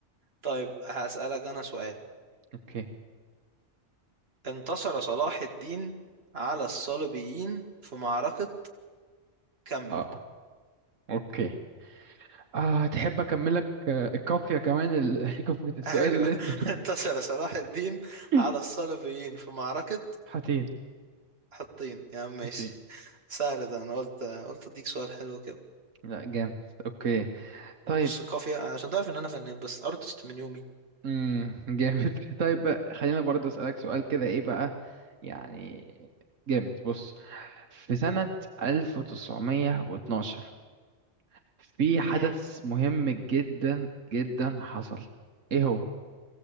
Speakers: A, on the right; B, on the right.
A: طيب هسألك انا سؤال
B: اوكي
A: انتصر صلاح الدين على الصليبيين في معركة كمل
B: اه اوكي آه تحب اكملك آه، الكافية كمان ال- <laughs> كافية السؤال
A: <laughs> ايوه
B: اللي انت
A: انتصر صلاح الدين
B: <laughs>
A: على الصليبيين في معركة
B: حاتين
A: حطين يا عم ماشي
B: حاتين
A: سهل ده انا قلت قلت اديك سؤال حلو كده
B: لا جامد اوكي طيب
A: بص قافية عشان تعرف ان انا فنان بس ارتست من يومي
B: امم جامد <laughs> طيب بقى، خلينا برضه اسألك سؤال كده ايه بقى يعني جامد بص في سنة 1912 في حدث
A: مم.
B: مهم جدا جدا حصل ايه هو